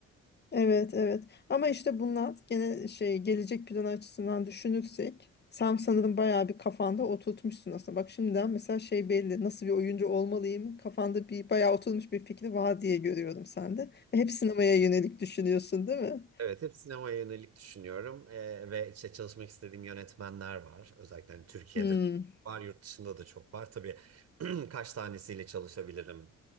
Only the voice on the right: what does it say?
Evet, hep sinemaya yönelik düşünüyorum Ee, ve işte çalışmak istediğim yönetmenler var. Özellikle hani Türkiye'de
var, yurt dışında da çok var. Tabii <clears throat> kaç tanesiyle çalışabilirim,